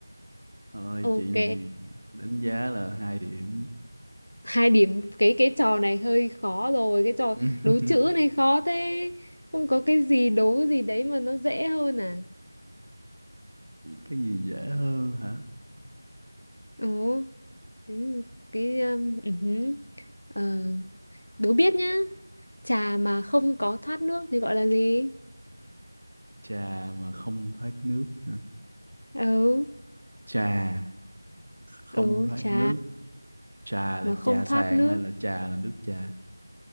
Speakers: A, on the right; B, on the left.
A: Ôi
B: ok
A: chị này đánh giá là hai điểm
B: hai điểm cái cái trò này hơi khó rồi cái trò
A: <laughs>
B: đố chữ này khó thế không có cái gì đố gì đấy mà nó dễ hơn à
A: cái gì dễ hơn hả
B: ồ thế cái um, ừ hứ. Ờ, đố biết nhá trà mà không có thoát nước thì gọi là gì
A: trà mà không thoát nước hả
B: ừ
A: trà không
B: ừ
A: thoát
B: trà
A: nước trà là
B: mà không
A: trà
B: thoát
A: sàn
B: nước
A: hay là trà là nước trà